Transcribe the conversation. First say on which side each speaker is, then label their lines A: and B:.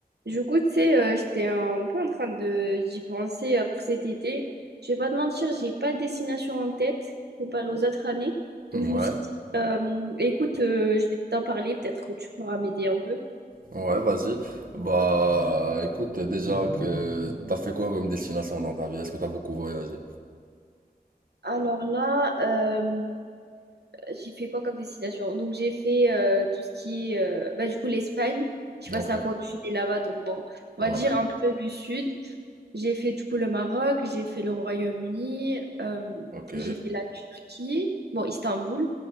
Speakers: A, on the right (about 80°); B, on the right (about 60°).
A: Du coup, tu sais, euh, j'étais un peu en train de d'y penser euh, pour cet été. Je vais pas te mentir, j'ai pas de destination en tête comparée aux autres années. Donc
B: Ouais,
A: je me suis dit, euh, écoute, euh, je vais t'en parler, peut-être que tu pourras m'aider un peu.
B: ouais, vas-y. Bah, écoute, déjà que t'as fait quoi comme destination dans ta vie? Est-ce que t'as beaucoup voyagé?
A: Alors là, euh, j'ai fait quoi comme destination? Donc j'ai fait euh, tout ce qui est, euh, bah du coup l'Espagne. Je sais pas
B: Ok.
A: c'est à quoi tu es là-bas, donc bon, on
B: Ouais,
A: va dire un peu du sud. J'ai fait du coup le Maroc, j'ai fait le Royaume-Uni, euh,
B: ok,
A: j'ai fait la Turquie, bon, Istanbul,